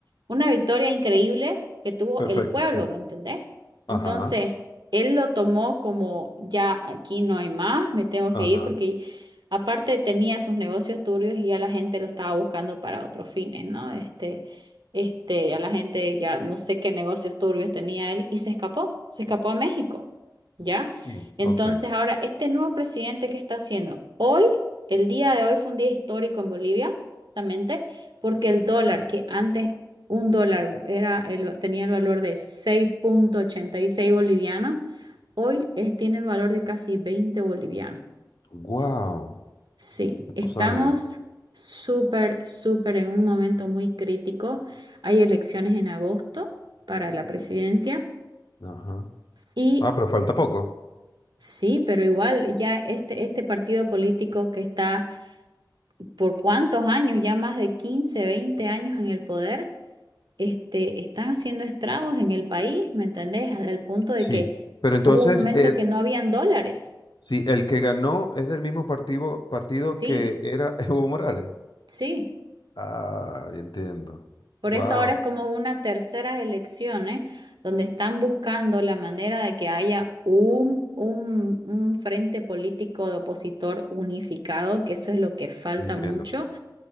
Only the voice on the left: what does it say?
perfecto,
sí.
Ajá,
ajá,
sí,
ok.
Wow,
no sabía.
Ajá.
Ah, pero falta poco.
Sí,
pero entonces,
el,
sí, el que ganó es del mismo partido, partido
que era <laughs> Evo Morales.
Ah, entiendo.
Wow,
entiendo.